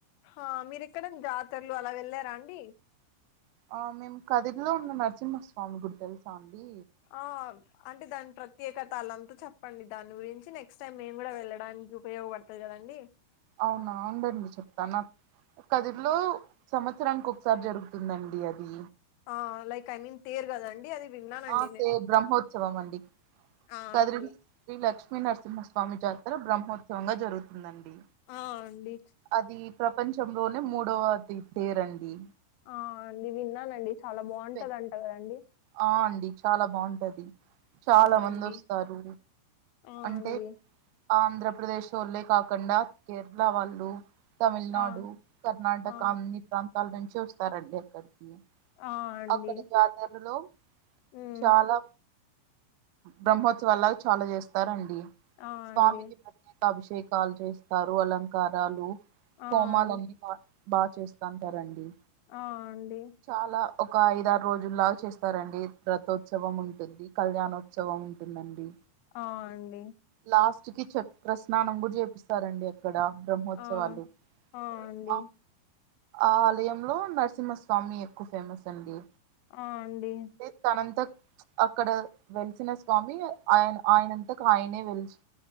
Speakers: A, on the left (about 80°); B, on the right (about 80°).
A: ఆ మీరు ఇక్కడ జాతరలు అలా వెళ్ళారా అండి
B: ఆ మేము కదిరిలో ఉన్న నరసింహస్వామి గుడి తెలుసా అండి
A: ఆ అంటే దాని ప్రత్యేకతలంత చెప్పండి దాని గురించి నెక్స్ట్ టైం మేము కూడా వెళ్ళడానికి ఉపయోగపడత కదండి
B: అవును అందర్నీ చెప్తనా కదిరీలో సంవత్సరానికి ఒకసారి జరుగుతుందండి అది
A: ఆ లైక్ ఐ మీన్ తేరు కదండి అది విన్నానండి
B: ఆ తేరు
A: నేను
B: బ్రహ్మోత్సవం అండి
A: ఆ
B: కదిరి
A: అండి
B: శ్రీ లక్ష్మీ నరసింహస్వామి జాతర బ్రహ్మోత్సవంగా జరుగుతుందండి
A: ఆ అండి
B: అది ప్రపంచంలోనే మూడవది పేరండి
A: ఆ నేను విన్నానండి చాలా బాగుంటదంట
B: పె
A: కదండి
B: ఆ అండి చాలా బాగుంటది చాలా
A: ఆ అండి
B: మంది వస్త తరు
A: ఆ
B: అంటే
A: అండి
B: ఆంధ్రప్రదేశ్ ఓళ్ళే కాకుండా కేరళ వాళ్ళు తమిళనాడు,
A: ఆ
B: కర్ణాటక
A: ఆ
B: అన్ని ప్రాంతాల నుంచి వస్తారండి అక్కడికి.
A: ఆ అండి
B: అక్కడ జాతరలో
A: ఉమ్
B: చాలా బ్రహ్మోత్సవాలాగ చాలా చేస్తారండి
A: ఆ
B: స్వామికి
A: అండి
B: ప్రత్యే అభిషేకాలు చేస్తారు అలంకారాలు హోమాలన్నీ
A: ఆ అండి
B: బాగా చేస్తాంటరండి
A: ఆ అండి
B: చాలా ఒక ఐద ఆరు రోజులాగా చేస్తారండి రథోత్సవం ఉంటుంది కళ్యాణోత్సవం ఉంటుందండి.
A: అ అండి
B: లాస్ట్ కి చె ప్రస్నానం కూడా చేపిస్ ఇస్తారండి అక్కడ బ్రహ్మోత్సవాలు
A: ఆ ఆ అండి
B: ఆ ఆ ఆలయంలో నర్సింహస్వామి ఎక్కువ ఫేమస్ అండి
A: ఆ అండి
B: మీ తనంత అక్కడ వెలిసిన స్వామి ఆయన ఆయనంతకు ఆయనే వెలిసి